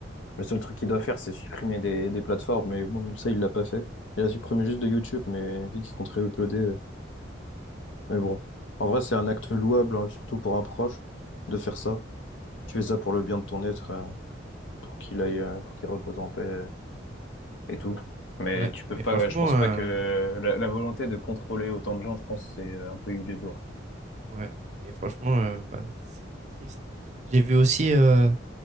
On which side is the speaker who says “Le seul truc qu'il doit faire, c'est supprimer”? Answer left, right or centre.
Left